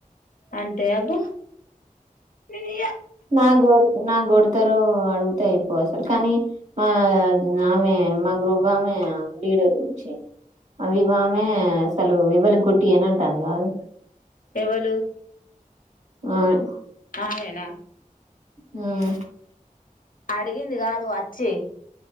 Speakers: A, on the left; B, on the right.
A: అంటె అబో నేనియ్య
B: నాక్ గొడితే నాక్ గొడి అతరు అడుగుతే అయిపో అసలు కానీ మా ఆమె మా గ్రూప్ ఆమె లీడరు ఉంచి ఇగో ఆమె అసలు ఎవలికి కొట్టియను అంటాంది కాదు
A: ఎవలు
B: ఒన్
A: ఆమె నా
B: ఉమ్
A: అడిగింది గాదు వచ్చే